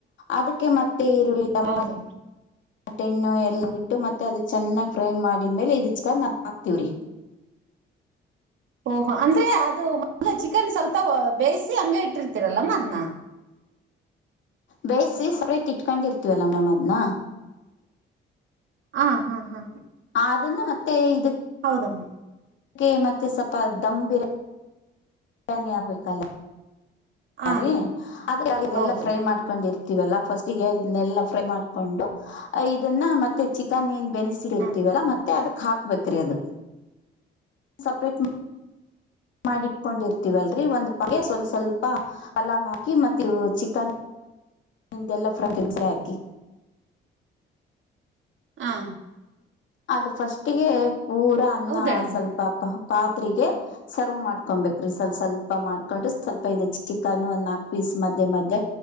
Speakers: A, on the left; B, on the right.
A: ಅದಕ್ಕೆ ಮ ತೇ ಈರುಳ್ಳಿ ತಮ
B: ಹೌದು
A: ಆಟೆಣ್ಣು ಎಲ್ಲ ಬಿಟ್ಟು ಮತ್ತೆ ಅದು ಚೆನ್ನಾಗಿ ಫ್ರೈ ಮಾಡಿದ್ಮೇಲೆ ಇದು ಚಿಕನ್ ಹಾಕ್ತೀವ್ರಿ.
B: ಓಹೋ ಅಂದ್ರೆ ಅದು ಮದ್ಲೇ ಚಿಕನ್ ಸ್ವಲ್ಪ ಬೇಯಿಸಿ ಹಂಗ ಇಟ್ಟಿರ್ತಿರಲ್ಲಮ್ಮ ಅದ್ನ?
A: ಬೇಯಸಿ ಸಪ್ರೇಟ್ ಇಟ್ಕೊಂಡಿ ಇರ್ತೀವಲ್ಲ ಮ್ಯಾಮ್ ಅದ್ನ
B: ಆ ಹಾ ಹಾ
A: ಅದನ್ನು ಮತ್ತೆ ಇದಿ
B: ಹೌದಮ್ಮ
A: ಕೆ ಮತ್ತೆ ಸಪ್ಪ ದಮ್ ಬಿರ್ ಯಾನಿ ಆಗ್ಬೇಕಲ್ಲ.
B: ಹಾ
A: ರೀ ಆದ್ರ ಇದೇಲ್ಲ
B: ಹೌದು
A: ಫ್ರೈ ಮಾಡ್ಕೊಂಡಿರ್ ತಿವಲ್ಲ ಫಸ್ಟ್ ಇದನ್ನೆಲ್ಲ ಫ್ರೈ ಮಾಡಿಕೊಂಡು ಆ ಇದುನ್ನ ಮತ್ತೆ ಚಿಕನ್ ಏನ್ ಬೆನ್ಸಿಲ್
B: ಹಾ
A: ಇರ್ತಿವಲ್ಲ ಮತ್ತೆ ಅದು ಹಾಕ್ಬೇಕ್ರಿ ಅದು ಸಪ್ರೇಟ್ ಮ್ ಮಾಡಿಟ್ಕೊಂಡಿರ್ತೀವಲ್ರರಿ ಒಂದ್ ಪ ಸ್ವಲ್ ಸ್ವಲ್ಪ ಪಲಾವ್ ಹಾಕಿ ಮತ್ತ ಚಿಕನ್ ನಿಂದೆಲ್ಲ ಫ್ರ ಗಿಜ್ಲೆ ಹಾಕಿ.
B: ಹಾ
A: ಅದು ಫಸ್ಟ್ ಗೆ ಊರ ಅನ್ನ
B: ಹೌದಳಮ್ಮ
A: ಸ್ವಲ್ಪ ಪ ಪಾತ್ರೆಗೆ ಸರ್ವ್ ಮಾಡ್ಕೊಂಬೆಕ್ರಿ ಸಲ್ ಸ್ವಲ್ಪ ಮಾಡ್ಕೊಂಡು ಸ್ವಲ್ಪ ಇದು ಚಿಕನ್ ಒಂದ್ ನಾಲ್ಕು ಪೀಸ್ ಮಧ್ಯೆ ಮಧ್ಯೆ